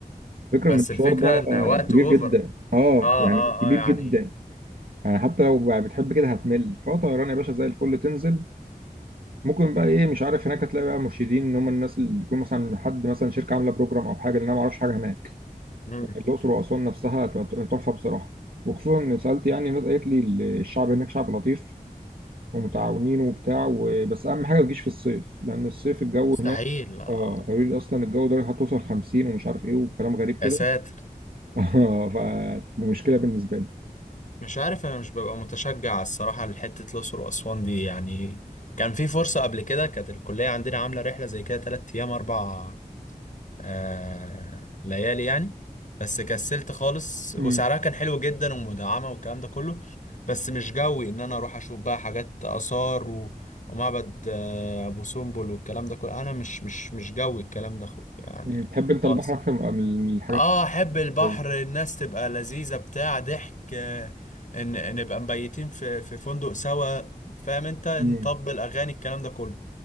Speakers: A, on the right; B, on the left.
A: الفكره
B: بس
A: ان المشوار
B: الفكرة
A: ده
B: ان
A: آه،
B: وقت
A: كبير
B: اوفر
A: جدا اه
B: اه
A: يعني
B: اه
A: كبير
B: اه يعني
A: جدا يعني حتى لو يعني بتحب كده هتمل فهو طيران يا باشا زي الفل تنزل ممكن بقى ايه مش عارف هناك هتلاقي بقى مرشدين ان هم الناس اللي يكون مثلا حد مثلا شركه عامله بروجرام او حاجه لان انا ما اعرفش حاجه هناك
B: امم
A: الأقصر وأسوان نفسها ت- تحفة بصراحة وخصوصا إن سألت يعني الناس قالت لي ال- الشعب هناك شعب لطيف ومتعاونين وبتاع و- بس أهم حاجة ما تجيش في الصيف لأن الصيف الجو
B: مستحيل
A: هناك
B: آه.
A: اه قالوا لي أصلا الجو درجة هتوصل 50 ومش عارف إيه وكلام غريب كده
B: يا ساتر
A: <laughs> آه، فتبقى مشكلة بالنسبة لي
B: مش عارف انا مش ببقى متشجع الصراحة لحتة الأقصر وأسوان دي يعني كان في فرصة قبل كده كانت الكلية عندنا عاملة رحلة زي كده تلات أيام أربع آه ليالي يعني بس كسلت خالص
A: مم.
B: وسعرها كان حلو جدا ومدعمة والكلام ده كله بس مش جوي ان انا اروح اشوف بقى حاجات آثار و... ومعبد آه ابو سمبل والكلام ده كله انا مش مش مش جوي الكلام ده خ... يعني
A: مم. تحب أنت
B: خالص
A: البحر أكتر من من الحاجات
B: اه احب البحر
A: الصيفية
B: الناس تبقى لذيذة بتاع ضحك آه ان نبقى مبيتين في في فندق سوا فاهم انت نطبل
A: مم.
B: اغاني الكلام ده كله